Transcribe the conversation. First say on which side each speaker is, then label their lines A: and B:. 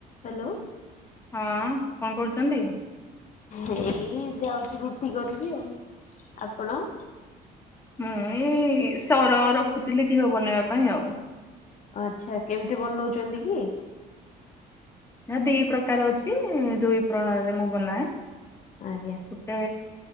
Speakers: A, on the left; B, on the left.
A: Hello.
B: ହଁ କଣ କରୁଛନ୍ତି?
A: ଏଇ ଯାଉଛି ରୁଟି କରିବି ଆଉ ଆପଣ?
B: ମୁଁ ଏଇ ସର ରଖୁଥିଲି ଘଅ ବନେଇବା ପାଇଁ ଆଉ।
A: ଆଚ୍ଛା କେମିତି ବନଉଛନ୍ତି କି?
B: ନା ଦି ପ୍ରକାର ଅଛି ଦୁଇ ପ୍ରଣାଳୀରେ ମୁଁ ବନାଏ।
A: ଆଜ୍ଞା
B: ଗୋଟେ